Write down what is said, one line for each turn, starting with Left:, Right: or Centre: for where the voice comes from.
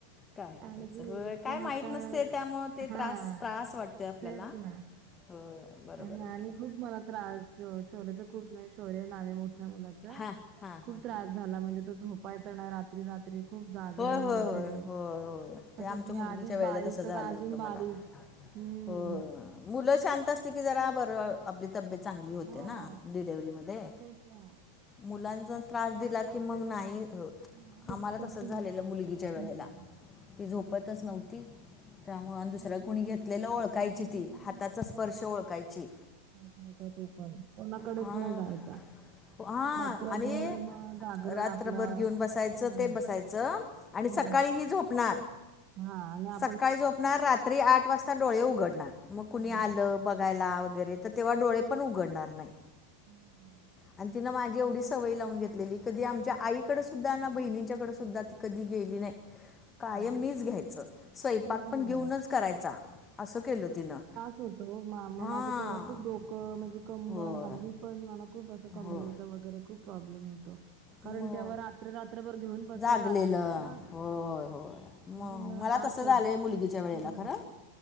Left: काय
Right: आणि
Left: करायचं
Right: ते
Left: होय काय
Right: पण आता
Left: माहित नसत य त्यामुंळ ते
Right: हां,
Left: त्रास त्रास वाटतय आपल्याला.
Right: तेच ना.
Left: होय बरोबर.
Right: आणि हयानी
Left: आहे की
Right: खूप मला त्रास शौर्यच खूप शौर्य नावे मोठ्या मुलाच.
Left: हां हां
Right: खूप
Left: हां
Right: त्रास झाला म्हणजे तो झोपायचा नाही रा रात्री रात्री खूप जागरण
Left: होय होय
Right: वगैरे
Left: होय होय होय
Right: त्याच्यात
Left: ते आमच्या
Right: मी
Left: मुलगीच्या
Right: आधीच
Left: वेळेला
Right: बारीक
Left: तसं झालं
Right: तर अजून
Left: होतं
Right: बारीक
Left: मला
Right: हम्म.
Left: हो मुलं शांत असली की जरा बर आपली तब्येत चांगली होते
Right: हां,
Left: ना डिलिव्हरीमध्ये.
Right: तेच ना.
Left: मुलांचा
Right: हां,
Left: त्रास दिला की मग नाही होत
Right: नाहीच
Left: आम्हाला झालेल मुलगीच्या वेळेला
Right: हम्म.
Left: ती झोपतच नव्हती. त्यामुळ अन दुसऱ्या
Right: आता
Left: कोणी
Right: मग
Left: घेतलेला ओळखायची
Right: दोन महिने
Left: ती हाताचा
Right: मी
Left: स्पर्श ओळखायची?
Right: नाही का तू पण कोणाकडेच
Left: हां
Right: नाही जायचा?
Left: हां
Right: रात्रभर
Left: आणि
Right: मग जागरण
Left: रात्रभर
Right: आपलं
Left: घेऊन बसायचं
Right: हम्म
Left: ते बसायचं आणि
Right: हम्म
Left: सकाळी ही झोपणार?
Right: हा आणि आ
Left: सकाळी झोपणार रात्री आठ वाजता डोळे उघडणार मग कुणी
Right: हम्म.
Left: आलं? बघायला वगैरे तर तेव्हा डोळे डोळे पण उघडणार नाही.
Right: <unintelligible>
Left: आणि तीनं माझी एवढी सवय लावून घेतलेली कधी आमच्या आईकडे सुद्धा ना बहिणींच्याकडे सुद्धा ती कधी गेली नाही.
Right: <unintelligible>
Left: कायम
Right: ना.
Left: मीच घ्यायचं? स्वयंपाक
Right: तेच
Left: पण
Right: ना
Left: घेऊनच
Right: हो.
Left: करायचा असं केलं तिनं.
Right: होत मा
Left: हां
Right: माझ तेव्हा खूप डोकं म्हणजे कंबर
Left: होय
Right: हल्ली पण मला खूप अस कंबरेचा
Left: हो
Right: वगैरे खूप प्रॉब्लेम होतो. कारण
Left: मग
Right: तेव्हा रात्र रात्रभर घेऊन बसायला
Left: जागलेलं
Right: लागायचं ना.
Left: होय होय
Right: म्हणून
Left: मग मला
Right: हा
Left: तसं
Right: छोटा
Left: झालय
Right: ज
Left: मुलगीच्या वेळेला
Right: हम्म.
Left: खरं